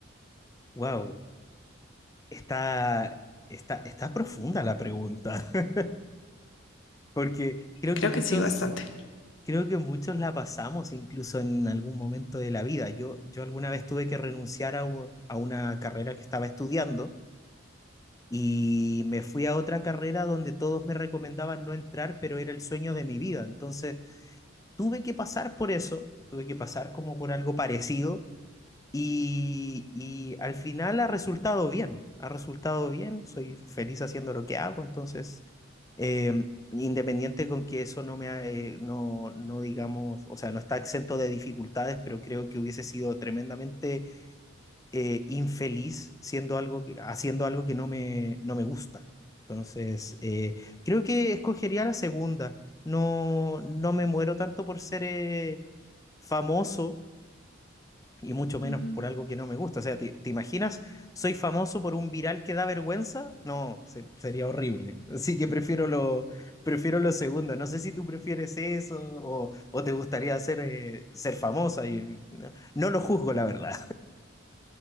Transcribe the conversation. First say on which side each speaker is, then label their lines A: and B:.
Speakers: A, on the left (about 15°); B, on the left (about 80°).
A: wow, está, está, está profunda la pregunta, <laughs> porque creo
B: Creo
A: que muchos...
B: que sí, bastante.
A: Creo que muchos la pasamos incluso en algún momento de la vida. Yo, yo alguna vez tuve que renunciar a, u- a una carrera que estaba estudiando Y me fui a otra carrera donde todos me recomendaban no entrar, pero era el sueño de mi vida. Entonces, tuve que pasar por eso, tuve que pasar como por algo parecido y, y al final ha resultado bien, ha resultado bien, soy feliz haciendo lo que hago, entonces, eh, independiente con que eso no me, ha- eh, no, no digamos, o sea, no está exento de dificultades, pero creo que hubiese sido tremendamente eh, infeliz siendo algo que- haciendo algo que no me, no me gusta. Entonces, eh, creo que escogería la segunda. No, no me muero tanto por ser eh, famoso y mucho menos
B: Ujú.
A: por algo que no me gusta. O sea, ¿te, te imaginas? ¿Soy famoso por un viral que da vergüenza? No, se- sería horrible. Así que prefiero lo, prefiero lo segundo. No sé si tú prefieres eso o, o te gustaría ser, eh, ser famosa. Y, no, no lo juzgo, la verdad.